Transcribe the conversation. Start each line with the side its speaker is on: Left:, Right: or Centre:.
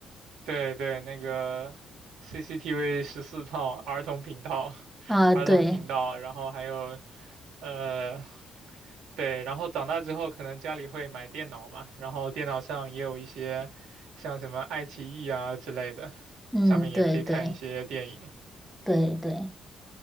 Right: 对对，那个 CCTV 十四套儿童频道，<laughs>
Centre: 啊，
Right: 儿童频道，
Centre: 对，
Right: 然后还有呃，对，然后长大之后可能家里会买电脑嘛，然后电脑上也有一些像什么爱奇艺啊之类的，
Centre: 嗯，
Right: 上面也可以看一些电影。
Centre: 对对对对。